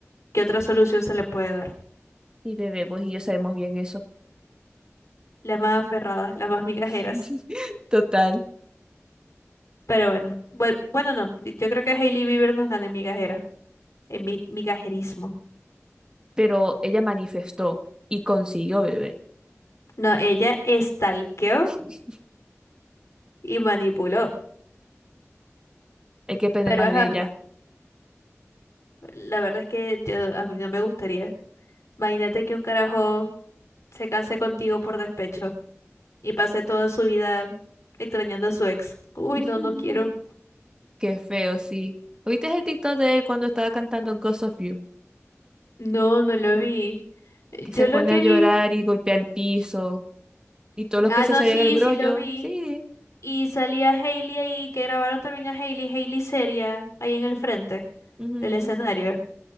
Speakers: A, on the left; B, on the right.
A: ¿qué otra solución se le puede dar?
B: Y bebé, pues y yo sabemos bien eso.
A: Las más aferradas, las más migajeras.
B: <laughs> Total.
A: Pero bueno, bue- bueno, no, yo yo creo que Hailey Bieber nos gana en migajera, en mi migajerismo.
B: pero ella manifestó y consiguió bebé.
A: No, ella estalqueó
B: <laughs>
A: y manipuló.
B: Hay que aprender
A: Pero
B: más
A: ajá,
B: de ella.
A: la verdad es que yo a mí no me gustaría. Imagínate que un carajo se case contigo por despecho y pase toda su vida extrañando a su ex. Uy,
B: <laughs>
A: no, no quiero.
B: Qué feo, sí. ¿Oíste el TikTok de él cuando estaba cantando Ghost of You?
A: No, no lo vi. Yo
B: Que se pone
A: lo que
B: a llorar
A: vi.
B: y golpea el piso. Y todos los
A: Ah,
B: que se
A: no,
B: sabían
A: sí,
B: el brollo.
A: sí lo vi.
B: Sí.
A: Y salía Hailey ahí, que grabaron también a Hailey, Hailey seria, ahí en el frente
B: ujú.
A: del escenario.